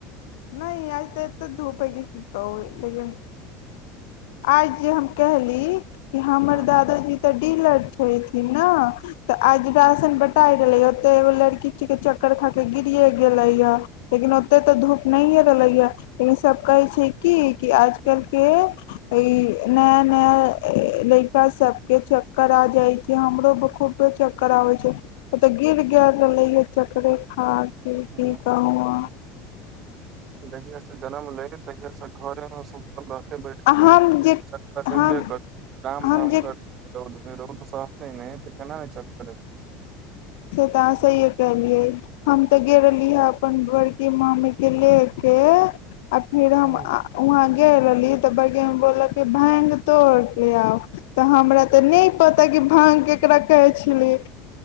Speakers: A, on the left; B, on the right.
A: नहि आ तऽ तऽ धूपै हैय की कहु आइ जे हम कहली हमर
B: हँ
A: दादाजी तऽ पीलर धोयेथिन न तऽ अज रासन ब कटाइ रहलैए ओतेक एगो लड़की छे चक्कर खा कऽ गिरए गेलैए लेकिन ओतेक तऽ धूप नहिए रहलैए लेकिन सभ कहै छै कि कि आज कलके इ नया नया लड़का सबके चक्कर आ जाइ छै हमरो खूबके चक्कर आबै छै ओ तऽ गिर गेल रहलै ह चक्करे खार से की
B: हूँ
A: कहूँ अहाँ
B: जहिया से जनम ले तहिया से घरे मे सुखल बैठत
A: अहाँ
B: है उठे
A: हम जे
B: चक्कर
A: हम
B: ले करते काम
A: हम
B: धाम
A: जे
B: करते नि रौद रोद सत ह नहि तऽ केना नहि चककर
A: कहहाँ सी कहलियए हम ते गेल रहली है अपन घरकेी माँ मे गेलिए लेके फेर हम
B: हम्म,
A: आ वहाँ कए लेलिय त बरज्ञानं बोलल कए भाँग तोड़ कें आउ त हमरा त नहि पता भाग केकरा कहै छल